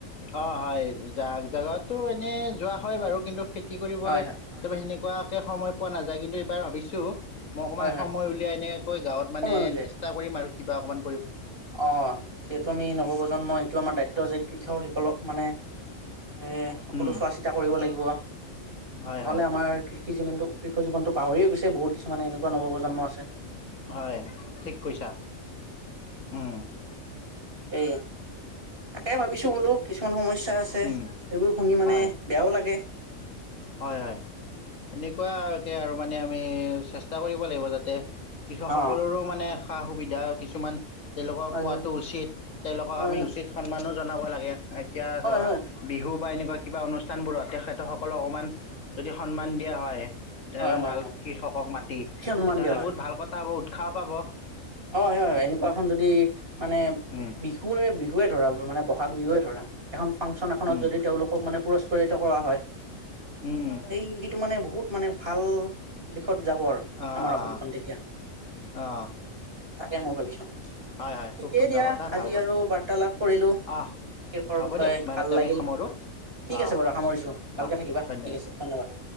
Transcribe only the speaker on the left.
অ হয় জাক জাগাতো এ <unintelligible> এনে যোৱা হয় বাৰু কিন্তু। খেতি কৰিবলৈ
সেনেকুৱা। সময় পোৱা নাযায়, কিন্তু এইবাৰ ভাবিছোঁ। মই অকণমান
সময় উলিয়াই এনেকৈ গাঁৱত মানে
চেষ্টা কৰিম আৰু কিবা অকমান।
উম,
হয়, হয়,
হয়, ঠিক কৈছা। উম।
উম,
হয়।
হয়, হয়। এনেকুৱাকৈ আৰু মানে আমি চেষ্টা কৰিব লাগিব যাতে। কৃষকসকলৰো
মানে সা সুবিধ। সুবিধা কিছুমান। তেওঁলোকক
পোৱাটো
উচিত, তেওঁলোকক
আমি
উচিত সন্মানো জনাব লাগে। <unintelligible> এতিয়া
ধাবা
বিহু বা এনেকুৱা কিবা অনুষ্ঠান। স্থানবোৰত তেখেতসকলক অকণমান যদি সন্মান দিয়া হয়
এজন
ভাল
কৃষকক মাতি
তেতিয়াহ'লে
বহুত ভাল কথা হ'ব উত খাব পাব
উম,
উম,
উম, উম,
অঁ
অঁ
অঁ
হয় হয়
খুব সুন্দৰ
কথা
ভাল কথা
অঁ
হ'ব
দিয়া ইমানতে
আমি
সামৰোঁ
অঁ
অঁ
ধন্যবাদ